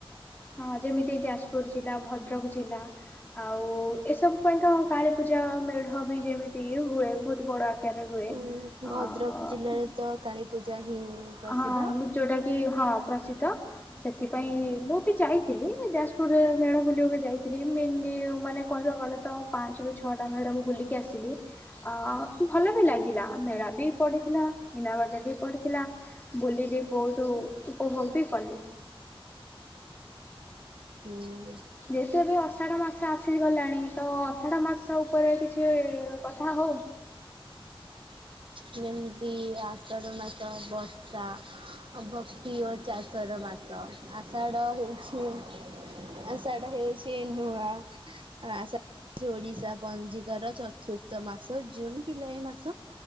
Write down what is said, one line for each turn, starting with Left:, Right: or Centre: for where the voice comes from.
Left: ହଁ ଯେମିତି ଯାଜପୁର ଜିଲ୍ଲା ଭଦ୍ରକ ଜିଲ୍ଲା। ଆଉ ଏସବୁ ପାଇଁ ତ କାଳୀ ପୂଜା ମେଢ ବି ଯେମିତି କି ହୁଏ ବହୁତ ବଡ ଆକ୍ କାରରେ ହୁଏ।
Right: ହୁଁ ଭଦ୍ରକ
Left: ଆ ଆ ଆ ଆ
Right: ଜିଲ୍ଲାରେ
Left: ମ୍
Right: ତ କାଳୀ ପୂଜା ହିଁ ପ୍ରସିଦ୍ଧ।
Left: ହଁ ଅଁ ମୁଁ ଯୋଉଟା କି ହଁ। ପ୍ରସିଦ୍ଧ ସେଥିପାଇଁ ମୁଁ ବି ଯାଇଥିଲି ଯାଜପୁରରେ ମେଢ ବୁଲିବାକୁ ଯାଇଥିଲି ମେନରେ ଇଏ ମାନେ କହିବାକୁ ଗଲେ ତ ପାଞ୍ଚରୁ ଛଅଟା ମେଢ ମୁଁ ବୁଲିକି ଆସିଲି ଅ ଭଲ ବି ଲାଗେ। ଥିଲା। ମେଳା ବି ପଡ଼ିଥିଲା। ମୀନା ବଜାର ବି ପଡ଼ିଥିଲା। ବୁଲିଲି ବହୁତ ଉପଭୋଗ ବି କଲି।
Right: ହୁଁ
Left: ଯେହେତୁ ଏବେ ଆଷାଢ଼ ମାସ ସ ଆସିଗଲାଣି ତ ଅଷାଢ ମାସ ଉପରେ କିଛି କଥା ହଉ।
Right: ଯେମତି ଆଷାଢ ମାସ ବର୍ଷା। ଅ ଭକ୍ତି ଓ ଚାଷ ର ମାସ। ଆଷାଢ ହେଉଛି ଆଷାଢ ହେଉଛି ନୂଆ। ଆଷାଢ଼ ଓଡିଶା ପଞ୍ଜିକାର ଚତ୍ ତୁର୍ଥ ମାସ। ଜୁନ ଜୁଲାଇ ମାସ।